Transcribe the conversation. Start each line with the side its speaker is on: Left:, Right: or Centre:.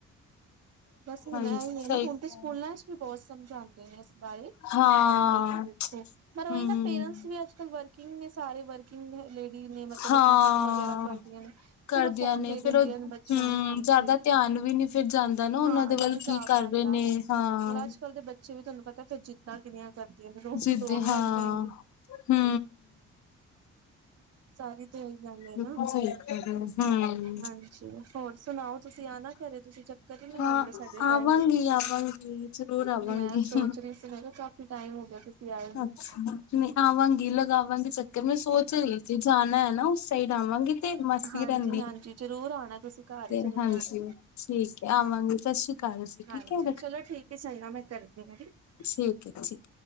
Right: ਬਸ ਹੁਨ
Left: ਹਾਂਜੀ
Right: ਐਈ
Left: ਸਹੀ
Right: ਏ ਨਾ, ਹੁਣ
Left: ਕਿਹਾ,
Right: ਤੇ ਸੂਕੂਲਾਂ'ਚ ਵੀ ਬਹੁਤ ਸਮਝਾਂਦੇ ਨੇ ਅ ਬਾਰੇ,
Left: ਹਾਂ,
Right: ਬੇਟੇ ਨੂੰ ਦੇਖੋ। ਪਰ ਓਹੀ
Left: ਹੂੰ।
Right: ਨਾ ਪੇਰੈਂਟਸ ਵੀ ਅੱਜ-ਕਲ ਵਰਕਿੰਗ ਨੇ, ਸਾਰੇ ਵਰਕ ਲੇਡੀ ਨੇ ਮਤਲਬ
Left: ਹਾਂ,
Right: ਅਪਨਾ ਕੰਮ ਵਗੈਰਾ ਕਰਦੀਆਂ ਨੇ,
Left: ਕਰਦਿਆਂ
Right: ਫਿਰ ਓ ਫੋਨ
Left: ਨੇ
Right: ਦੇ ਦੇੰਦੀਆਂ
Left: ਫੇਰ ਉਹ
Right: ਨੇ ਬੱਚਿਆਂ
Left: ਹੂੰ,
Right: ਨੂ ਹਾਂਜੀ,
Left: ਜ਼ਿਆਦਾ ਧਿਆਨ ਵੀ ਨੀ ਫਿਰ ਜਾਂਦਾ ਨਾ ਉਹਨਾਂ
Right: ਹਾਂ
Left: ਦੇ
Right: ਨਈ
Left: ਵੱਲ
Right: ਜਾ
Left: ਕੀ ਕਰ
Right: ਪਾਂਦਾ।
Left: ਰਹੇ ਨੇ
Right: ਹੁਣ
Left: ਹਾਂ।
Right: ਅੱਜ-ਕਲ ਦੇ ਬੱਚੇ ਵੀ ਤੂੰਆਨੂ ਪਤਾ, ਫਿਰ ਜਿੱਦਾਂ ਕਿਨੀਆਂ ਕਰਦੀਆਂ ਨੇ,
Left: ਜਿੱਦ
Right: ਰੋਣ
Left: ਹਾਂ,
Right: ਲੱਗ ਜਾਏਂਗੇ।
Left: ਹੂੰ।
Right: ਸਾਰੀ ਤੇ ਐ ਈ ਗਲ ਏਨਾ,
Left: ਬਿਲਕੁਲ ਸਹੀ ਕਹਿ ਰਹੇ ਹੋ, ਹੂੰ,
Right: ਹਾਂਜੀ। ਹੋਰ ਸੁਨਾਓ? ਤੂਸੀ ਆਨਾ ਘਰੇ, ਤੂਸੀ ਚੱਕਰ ਈ ਨਈ
Left: ਹਾਂ
Right: ਲਾਂਦੇ, ਸਾਡੇ
Left: ਆਵਾਂਗੀ,
Right: ਘਰ।
Left: ਆਵਾਂਗੀ ਜ਼ਰੂਰ ਆਵਾਂਗੀ।
Right: ''ਮੈਂ ਸੋਚ ਰਹੀ ਸੀ, ਮੈ ਕਿਆ ਕਾਫ਼ੀ ਟਾਈਮ ਹੋਗਿਆ, ਤੂਸੀ ਆਏ ਨੀ।
Left: ਅੱਛਾ ਨਹੀਂ ਆਵਾਂਗੀ, ਲਗਾਵਾਂਗੀ ਚੱਕਰ, ਮੈਂ ਸੋਚ ਰਈ ਸੀ, ਜਾਨਾ ਏਨਾ ਉਸ ਸਾਈਡ ਆਵਾਂਗੀ ਤੇ ਮਾਸੀ
Right: ਹਾਂਜੀ-ਹਾਂਜੀ
Left: ਰਹਿੰਦੀ ਹੈ
Right: ਜਰੂਰ ਆਣੈ, ਤੂਸੀ। ਘਰ
Left: ਤੇ
Right: ਜਰੂਰ
Left: ਹਾਂਜੀ
Right: ਆਣਾ।
Left: ਠੀਕ ਹੈ ਆਵਾਂਗੀ ਸਤਿ ਸ੍ਰੀ ਅਕਾਲ ਜੀ
Right: ਹਾਂਜੀ,
Left: ਠੀਕ ਹੈ
Right: ਚਲੋ ਠੀਕ ਏ, ਚੰਗਾ ਮੈਂ ਕਰ <unintelligible>
Left: ਠੀਕੈ ਠੀਕ